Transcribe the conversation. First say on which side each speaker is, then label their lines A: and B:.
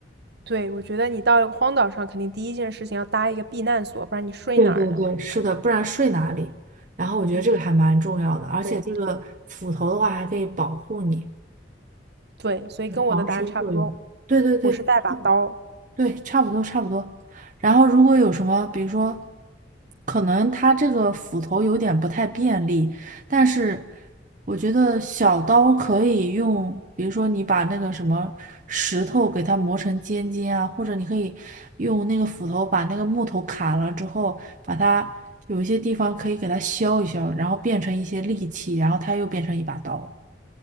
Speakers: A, on the right (about 60°); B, on the right (about 45°).
A: 对，我觉得你到一个荒岛上，肯定第一件事情要搭一个避难所，不然你睡哪儿呢？
B: 对对对，
A: 晚上？
B: 是的，不然睡哪里？然后我觉得这个还蛮重要的，
A: 嗯，
B: 而且这个斧头的话还可以保护你，
A: 对对，所以跟我的答案差不多，
B: 防身作用。对对对，
A: 我是带把刀。
B: 对，差不多差不多。然后如果有什么，比如说，可能它这个斧头有点不太便利，但是我觉得小刀可以用，比如说你把那个什么石头给它磨成尖尖啊，或者你可以用那个斧头把那个木头砍了之后，把它有一些地方可以给它削一削，然后变成一些利器，然后它又变成一把刀。